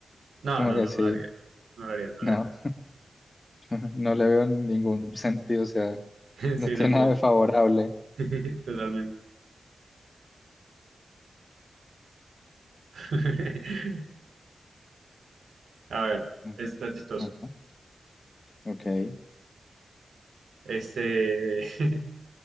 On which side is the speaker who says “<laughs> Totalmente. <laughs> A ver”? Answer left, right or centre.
Right